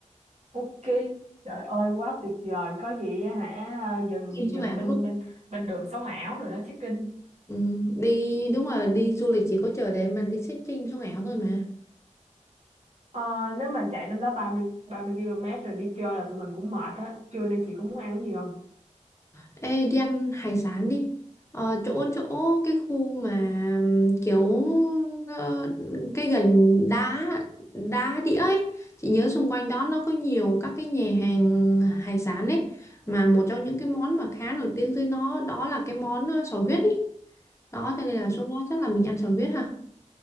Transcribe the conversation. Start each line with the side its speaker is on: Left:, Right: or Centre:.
Right: Ok, trời ơi quá tuyệt vời. Có gì á hả à, dừng
Left: nhìn cho
Right: dừng
Left: mẻ
Right: bên bên bên đường sống ảo rồi đó check in.
Left: Ừ, đi đúng là đi du lịch chỉ có chờ để mình đi check-in sống ảo thôi mà
Right: Ờ, nếu mà chạy lên đó 30 30 km rồi đi chơi là tụi mình cũng mệt á. Trưa nay chị có muốn ăn gì không?
Left: Ê, đi ăn hải sản đi ờ, chỗ chỗ cái khu mà ừm, kiểu ờ, cái gành đá đá đĩa ấy chị nhớ xung quanh đó nó có nhiều các cái nhà hàng hải sản ấy mà một trong những cái món mà khá nổi tiếng dưới nó đó là cái món ờ, sò huyết ấy đó cho nên là xuống đó chắc là mình ăn sò huyết ha